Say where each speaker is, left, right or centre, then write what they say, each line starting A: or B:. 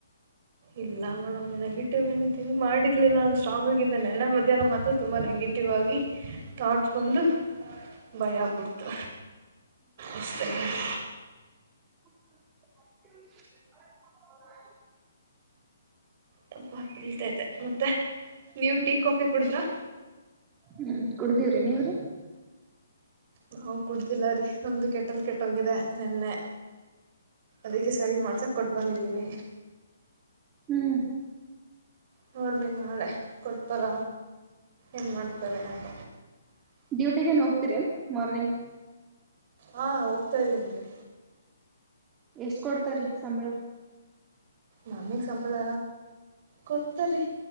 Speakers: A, on the right; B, on the right.
A: ಇಲ್ಲ ಮೇಡಮ್ ನೆಗೆಟಿವ್ ಏನ್ ಥಿಂಕ್ ಮಾಡಿರ್ಲಿಲ್ಲ ನಾನ್ ಸ್ಟ್ರಾಂಗ ಆಗಿದ್ದೆ ನೆನ್ನ ಮದ್ಯಾಹ ನ ಮಾತ್ರ ತುಂಬಾ ನೆಗೆಟಿ <unintelligible> ಟಿವ್ ಆಗಿ ಥಾಟ್ಸ್ ಬಂದು. ಭಯಾ ಅಗ್ಬಿಡ್ತು ಅಷ್ಟೆ ಮೆಡಮ್.
B: <inaudible>
A: ತಪ್ಪ ಬೀಳ್ತೇ ಮ ಮತ್ತೆ ನೀವ್ ಟೀ ಕಾಫಿ ಕುಡುದ್ರ.
B: ಹ್ಮ್ ಕುಡ್ದೀವ್ರಿ ನೀವ್ರಿ
A: ನಾವು ಕುಡ್ದಿಲ್ಲ ರೀ ನಮ್ದು ಕೆಟ್ಟ ಕೆಟ್ಟೋಗಿದೆ ನೆನ್ನೆ ಅದಕ್ಕೆ ಸರಿ ಮಾಡ ಕೊಟ್ ಬಂದಿದ್ದೀನಿ.
B: ಹ್ಮ್
A: ನೋಡ್ಬೇಕು ನಾಳೆ ಕೊಡ್ತಾರ ಏನು ಮಾಡ್ತಾರೆ ಅಂತ.
B: ಡ್ಯೂಟಿಗೇನ್ ಹೋಗ್ತೀರಿ ಎನ್ ಮಾರ್ನಿಂಗ್.
A: ಹಾ ಹೋಗ್ತಾ ಇದ್ದೀನ್ರಿ.
B: ಎಷ್ಟ್ ಕೊಡ್ತರಿ ಸಂಬಳ.
A: ನಮಿಗ್ ಸಂಬಳ. ಕೊಡ್ತರಿ